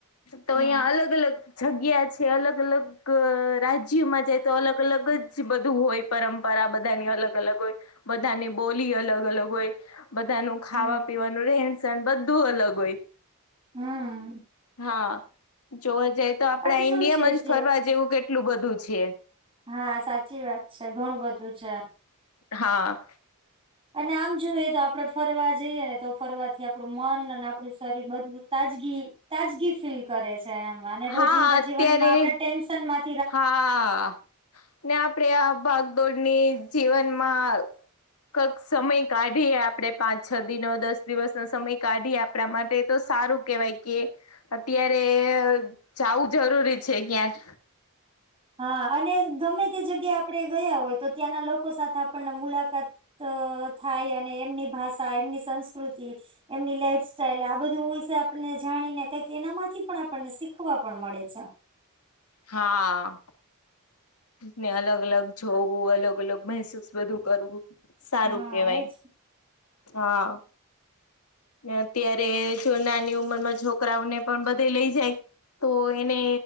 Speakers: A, on the left (about 85°); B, on the right (about 25°).
A: તો
B: હમ
A: યાં અલગ અલગ જગ્યા છે અલગ અલગ રાજ્યોમાં જાય તો અલગ અલગ જ બધું હોય પરંપરા બધાની અલગ અલગ હોય, બધાની બોલી અલગ અલગ હોય. બધાનું ખાવા
B: હમ
A: પીવાનું રહેન સહન બધું અલગ હોય.
B: હમ.
A: હા, જોવા જઈ તો આપડાે
B: અને શું
A: ઈન્ડિયામાં
B: છે
A: જ
B: કે
A: ફરવા જેવું કેટલું બધું છે.
B: હા સાચી વાત છે ઘણું બધું છે.
A: હા.
B: અને આમ જોઈએ તો આપડે ફરવા જઈએ ને તો ફરવાથી આપડું આપું મન અને આપડું શરીર બધું તાજગી તાજગી ફીલ કરે છે. એ અને
A: હા
B: રોજિંદા
A: અત્યારે
B: જીવનમાં આપણે ટેન્શન માં
A: હા ને આપડે આ ભાગદોડની જીવનમાં કક સમય કાઢીએ આપડણે પાંચ છ દિનો દસ દિવસનો સમય કાઢીએ આપણા માટે તો સારું. કેવાય કે, અત્યારે જવું જરૂરી છે ક્યાંક.
B: હા અને ગમે તે જગ્યા આપણે ગયા હોય તો ત્યાંના લોકો સાથે આપણને મુલાકાત અ થાય અને એમની ભાષા એમની સંસ્કૃતિ એમની લાઈફ સ્ટાઈલ આ બધું વિશે આપણને જાણીને કક એના માંથી પણ આપણને શીખવા પણ મળે છે.
A: હા. ને અલગ અલગ જોવું અલગ અલગ મહેસૂસ બધું કરવું. સારું
B: હા
A: કેવાય,
B: એજ
A: હા. અત્યારે જો નાની ઉંમર માં છોકરાઓને પણ બધે લઇ જાય. તો એને